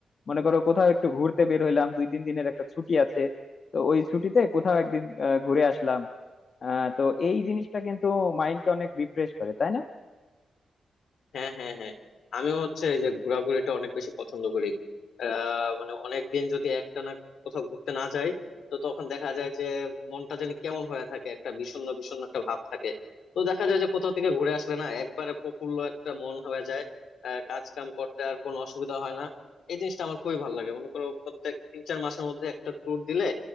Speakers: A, on the left (about 60°); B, on the left (about 80°).
A: মনে করো কোথাও একটু ঘুরতে বের হইলাম দুই তিন দিনের একটা ছুটি আছে তো ওই ছুটিতে কোথাও একদিন আহ, ঘুরে আসলাম আহ তো এই জিনিসটা কিন্তু মাইন্ডকে অনেক রিফ্রেশ করে তাই না
B: হ্যাঁ হ্যাঁ হ্যাঁ আমিও হচ্ছে এই যে ঘোরাঘুরিটা অনেক বেশি পছন্দ করি আহ মানে অনেকদিন যদি একটানা কোথাও ঘুরতে না যাই তো তখন দেখা যায় যে মনটা যেন কেমন হয়ে থাকে একটা বিষণ্ণ বিষণ্ণ একটা ভাব থাকে তো দেখা যায় যে কোথাও থেকে ঘুরে আসলে না একবারে প্রফুল্ল একটা মন হয়ে যায় আহ কাজ কাম করতে আর কোনো অসুবিধা হয় না এই জিনিসটা আমার খুবই ভালো লাগে মনে করো প্রত্যেক তিন চার মাসের মধ্যে একটা ট্যুর দিলে